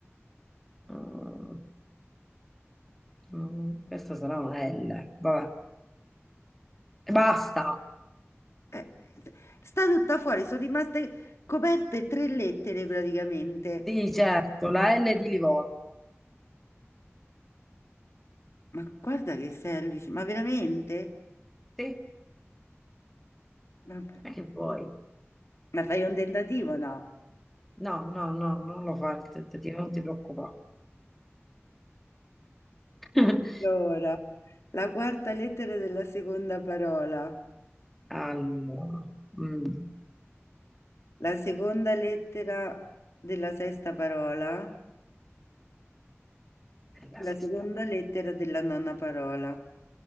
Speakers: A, in the centre; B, on the left.
A: Mm, mm, questa sarà una L. Vabbè. E basta.
B: Eh, sta tutta fuori, sono rimaste coperte tre lettere praticamente.
A: Sì, certo, la L di Livorno.
B: Ma guarda che sei allucinante, ma veramente?
A: Sì,
B: Vabbè.
A: ma che vuoi?
B: Ma fai un tentativo, no?
A: No, no, no, non lo fare il tentativo, non ti preoccupare. <laughs>
B: Allora, la quarta lettera della seconda parola,
A: Allora, mm,
B: la seconda lettera della sesta parola
A: nella
B: e la
A: sesta.
B: seconda lettera della nona parola.